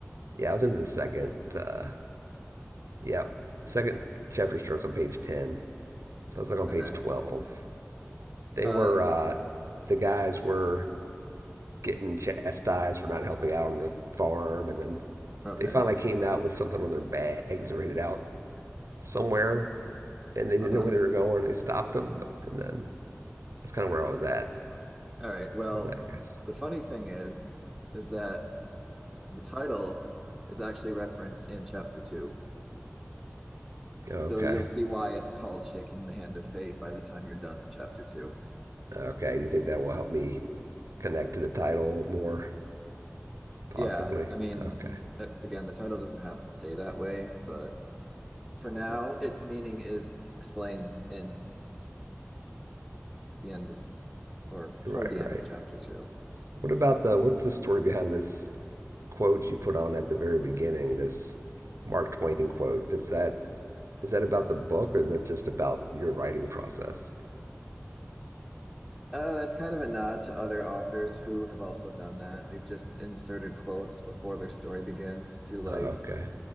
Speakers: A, on the right; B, in the centre.
A: Yeah, I was into the second. Uh, yep, yeah, second chapter starts on page ten. So I was like on
B: Okay.
A: page twelve they
B: Uh,
A: were uh, the guys were getting chastised for not helping out on the farm, and then
B: okay.
A: they finally came out with something on their bags and were headed out somewhere, and they didn't
B: Uh-huh.
A: know where they were going. They stopped them, and then that's kind of where I was at.
B: All right. Well,
A: with that guess.
B: the funny thing is, is that the title is actually referenced in chapter two.
A: Okay,
B: So you'll see why it's called Shaking the Hand of Fate by the time you're done with chapter two.
A: okay. Do you think that will help me connect to the title more, possibly?
B: Yeah, I mean,
A: Okay,
B: a- again, the title doesn't have to stay that way, but for now, its meaning is explained in at the end of or
A: right,
B: toward the end
A: right.
B: of chapter two.
A: What about the what's the story behind this quote you put on at the very beginning? This Mark Twain quote. Does that Is that about the book or is that just about your writing process?
B: Uh, that's kind of a nod to other authors who have also done that. They've just inserted quotes before their story begins to like,
A: Oh, okay.